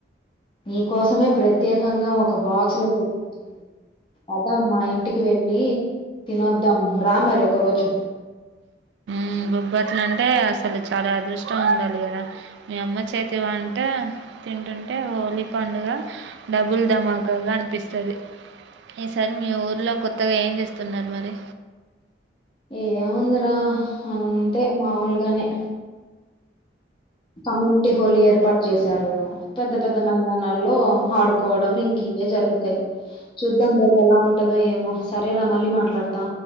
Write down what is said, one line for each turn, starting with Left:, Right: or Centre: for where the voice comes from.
Left: నీ కోసమే ప్రత్యేకంగా ఒక బాక్స్ లో పెట్టి ఉంచాను పదమ్మ ఇంటికి వెళ్ళి తినొద్దాం రా మరి ఒకరోజు
Right: మ్ బొబ్బట్లు అంటే అసలు చాలా అదృష్టం ఉండాలి కదా మీ అమ్మ చేతి వంట తింటుంటే హోలీ పండుగ డబుల్ ధమాకాగా అనిపిస్తది ఈ సారి మీ ఊర్లో కొత్తగా ఏం చేస్తున్నారు మరి
Left: ఏముందిరా అ అంతే మాముూలుగానే కమ్యూనిటీ హోలీ ఏర్పాటు చేశారు పెద్ద పెద్ద మైదానాల్లో ఆడుకోవడం ఇంక ఇవే జరుగుతాయి చూద్దాం రేపు ఎలా ఉంటదో ఏమో సరేరా మళ్ళీ మాట్లాడుతా